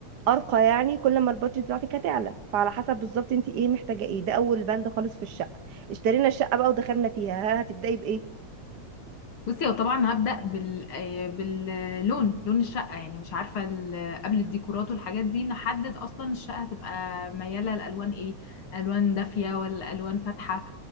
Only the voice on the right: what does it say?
ارقى يعني كل ما البادجت بتاعتك هتعلى فعلى حسب بالظبط انت ايه محتاجه ايه ده اول بند خالص في الشقه اشترينا الشقه بقى ودخلنا فيها ها هتبداي بايه